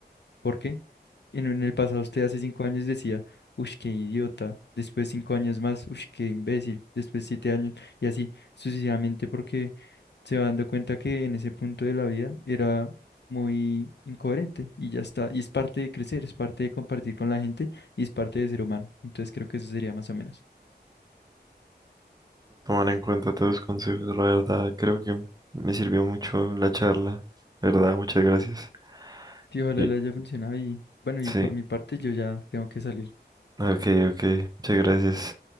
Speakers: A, on the left; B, on the right.
A: ¿por qué? En, en el pasado usted hace cinco años decía, uff, qué idiota, después cinco años más, uff, qué imbécil, después siete años y así sucesivamente porque se va dando cuenta que en ese punto de la vida era muy incoherente y ya está. Y es parte de crecer, es parte de compartir con la gente y es parte de ser humano. Entonces creo que eso sería más o menos.
B: tomar en cuenta todos los consejos, la verdad, creo que me sirvió mucho la charla, ¿verdad? Muchas gracias.
A: Y ojalá
B: Ye-
A: le haya funcionado y bueno,
B: Sí,
A: y por mi parte yo ya tengo que salir
B: ok, ok, muchas gracias.